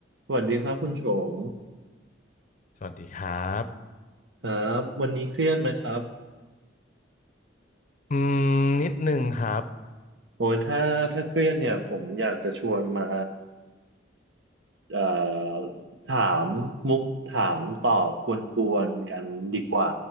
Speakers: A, on the right; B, on the left.
A: สวัสดีครับคุณชง
B: สวัสดีครับ
A: ครับวันนี้เครียดไหมครับ
B: อืมนิดนึงครับ
A: โอ้ยถ้าถ้าเครียดเนี่ยผมอยากจะชวนมาเอ่อถามมุกถามตอบกวนๆกันดีกว่า